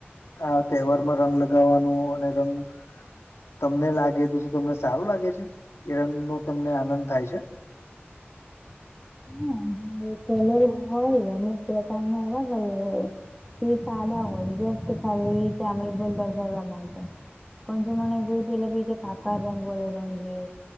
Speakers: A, on the left (about 80°); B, in the centre.
A: આ તહેવારમાં રંગ લગાવવાનો અને રંગ તમને લાગે તો શું તમને સારું લાગે છે. એ રંગ નો તમને આનંદ થાય છે?
B: હા એ કલર હોય અને લગાવા માં આવા કલર હોય. તે સાદા હોય દ ખાલી ચામડી બોલલા જવા માટે. કોણ જો મને ગઈ પલે બ પાકા રંગ વડે રંગ એ